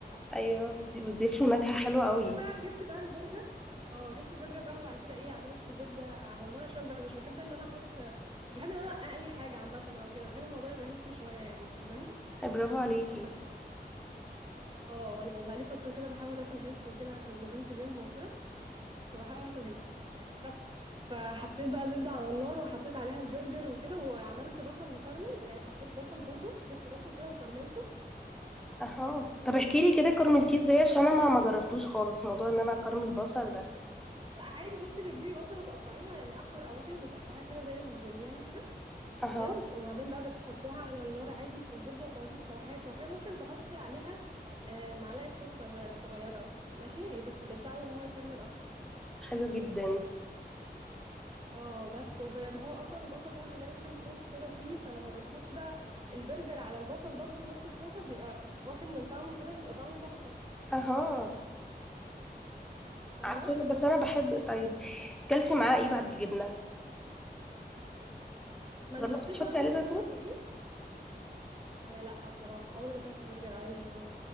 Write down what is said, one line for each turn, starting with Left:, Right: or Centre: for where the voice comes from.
Centre: ايوه بتدي- بتضيف له نكهه حلوه قوي
Right: بعدين بقى جبت بقى البرجر اه جبت البرجر بقى وبعد كده ايه عملت زبده على النار عشان بقى مش بحب ان انا احط مش بحب ان انا اقلي حاجه عامه او كده بحب الموضوع يبقى هيلثي شويه يعني فاهماني
Centre: أي برافو عليكي
Right: ب- اه انا بقى لي فتره كده بحاول اكل هيلثي وكده عشان نزلت جيم وكده فبحاول اكل هيلثي بس فحطيت بقى زبدة على النار وحطيت عليها البرجر وكده وعملت بصل مكرمل يعني حطيت بصل برضو جبت بصل كده وكرملته
Centre: اها طب احكي لي كده كرملتيه ازاي عشان انا ما ما جربتوش خالص موضوع ان انا اكرمل البصل ده
Right: لا عادي بصي بتجيبي بصلة تقطعيها يعني احمر او ابيض بتقطعيها كده زي الجوليان كده
Centre: اها
Right: تمام وبعدين بقى بتحطيها على النار عادي في الزبدة وتقعدي تشوحيها تشوحيها ممكن تحطي عليها آه، معلقة سكر صغيرة ماشي بت- بتساعده ان هو يكرمل اكتر
Centre: حلو جدا
Right: اه بس وب- هو اصلا البصل بقى بينزل صوص كده فيه فلما بتحطي بقى البرجر على البصل برضو في نفس الطاسه بيبقى واخد من طعمه كده بيبقى طعمه تحفه
Centre: اها
Right: فاهمه
Centre: عارفه أنا- بس انا بحب طيب كلتي معاه ايه بعد الجبنه
Right: ما
Centre: جربتي
Right: انا حطيت
Centre: تحطي
Right: بقى صوص
Centre: عليه زيتون
Right: جبنه فوقيه آه لا الصراحه عمري ما اكلت برجر عليه زيتون